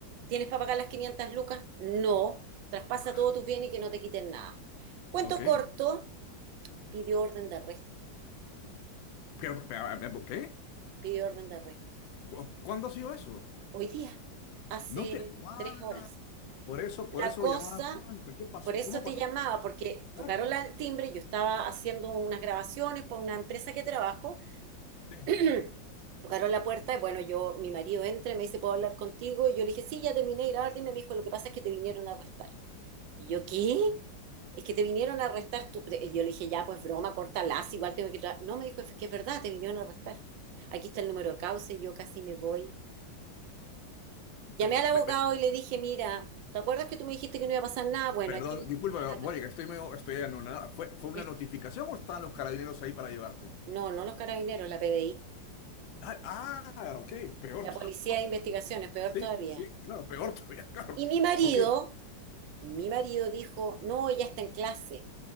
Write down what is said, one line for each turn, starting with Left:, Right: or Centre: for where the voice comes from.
Right: ¿Tienes para pagar las 500 lucas? No. Traspasa
Left: Wow.
Right: todos tus bienes y que no te quiten nada. Cuento
Left: Ok.
Right: corto, pidió orden de arresto,
Left: Pero, pero, ¿qué?
Right: pidió orden de arresto.
Left: ¿Cu- ¿Cuándo ha sido eso?
Right: Hoy día, hace
Left: No te. What?
Right: tres horas.
Left: Por eso, por
Right: La
Left: eso
Right: cosa,
Left: llamabas tanto. ¿Qué pasó?
Right: por eso
Left: ¿Cómo pasó?
Right: te llamaba, porque
Left: Claro.
Right: tocaron la- el timbre, yo estaba haciendo unas grabaciones para una empresa que trabajo,
Left: Sí.
Right: <clears throat> tocaron la puerta y bueno, yo, mi marido entra y me dice, ¿puedo hablar contigo? Y yo le dije, sí, ya terminé de grabar, dime, me dijo, lo que pasa es que te vinieron a arrestar. Y yo, ¿qué? Es que te vinieron a arrestar. Tú. Y yo le dije, ya, pues broma, cortalas, igual tengo que trabajar. No, me dijo, es que es verdad, te vinieron a arrestar. Aquí está el número de causa y yo casi me voy
Left: Pe-
Right: Llamé al abogado
Left: pe- pe-
Right: y le dije, mira, ¿te acuerdas que tú me dijiste que no iba a pasar nada? Bueno,
Left: Perdón,
Right: aquí me metieron
Left: disculpa, pero,
Right: a rastrería.
Left: bueno, que estoy medio, estoy anonadado. ¿Fue, fue una
Right: Esto.
Left: notificación o estaban los carabineros ahí para llevarte?
Right: No, no los carabineros, la PDI,
Left: Ah, ah, ok, peor
Right: la
Left: todavía.
Right: Policía
Left: <laughs> Ok.
Right: de Investigaciones, peor
Left: Sí,
Right: todavía.
Left: sí, claro, peor todavía, <laughs> claro.
Right: Y mi marido,
Left: Ok,
Right: mi marido dijo, no, ella está en clase,